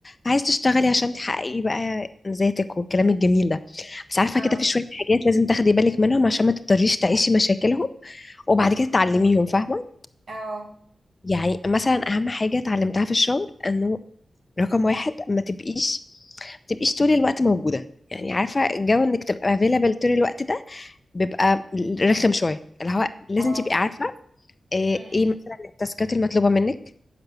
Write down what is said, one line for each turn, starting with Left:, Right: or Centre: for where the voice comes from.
Left: عايز تشتغلي عشان تحققي بقى ذاتك والكلام الجميل ده بس عارفه
Right: اه
Left: كده في شويه حاجات لازم تاخدي بالك منهم عشان ما تضطريش تعيشي مشاكلهم وبعد
Right: مم.
Left: كده تعلميهم فاهمه
Right: اه
Left: يعني مثلا اهم حاجه اتعلمتها في الشغل انه رقم واحد ما تبقيش ما تبقيش طول الوقت موجوده يعني عارفه جو انك تبقى available طول الوقت ده بيبقى رخم شويه اللي هو لازم
Right: اه
Left: تبقي عارفه آه،
Right: مم.
Left: ايه مثلا التاسكات المطلوبه منك